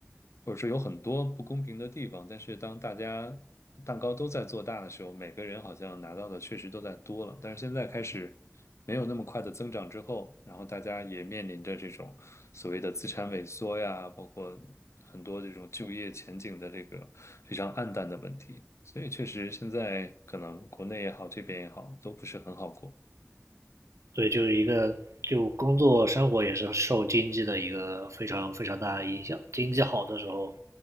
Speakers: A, on the left (about 70°); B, on the right (about 80°).
A: 或者说有很多不公平的地方，但是当大家蛋糕都在做大的时候，每个人好像拿到的确实都在多了，但是现在开始没有那么快的增长之后，然后大家也面临着这种所谓的资产萎缩呀，包括很多这种就业前景的这个非常暗淡的问题。所以确实，现在可能国内也好，这边也好，都不是很好过。
B: 对，就是一个就工作生活也是受经济的一个非常非常大的影响，经济好的时候，